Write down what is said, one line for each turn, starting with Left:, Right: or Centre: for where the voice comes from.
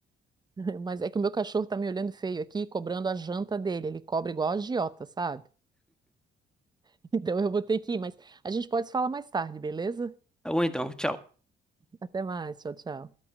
Right: <laughs> mas é que o meu cachorro tá me olhando feio aqui, cobrando a janta dele. Ele cobra igual a agiota, sabe? <laughs> Então eu vou ter que ir, mas a gente pode se falar mais tarde, beleza?
Centre: Tá bom então, tchau.
Right: Até mais, tchau, tchau.